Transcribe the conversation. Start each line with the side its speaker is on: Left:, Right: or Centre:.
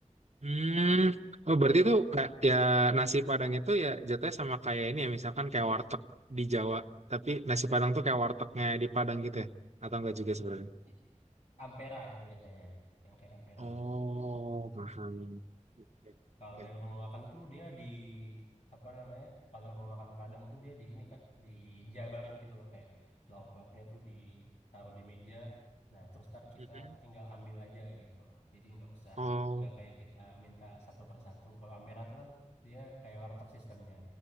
Right: Hmm. Oh, berarti tuh kayak ya nasi Padang itu ya jatuhnya sama kayak ini ya, misalkan kayak warteg di Jawa, tapi nasi Padang tuh kayak wartegnya di Padang gitu ya? Atau enggak juga sebenarnya?
Left: I- Ampera itu biasanya yang kayak ampera.
Right: Oh, paham. Oke.
Left: Kalau
Right: oke.
Left: yang rumah makan tuh dia di apa namanya? Kalau rumah makan Padang tuh dia di ini Kak, di dijabarin gitu loh kayak lauk-lauknya tuh ditaruh di meja. Nah, terus ntar kita
Right: Mhm.
Left: tinggal ambil aja gitu. Jadi nggak usah
Right: Oh,
Left: nggak kayak kita minta satu persatu. Kalau Ampera tuh kan dia kayak warteg sistemnya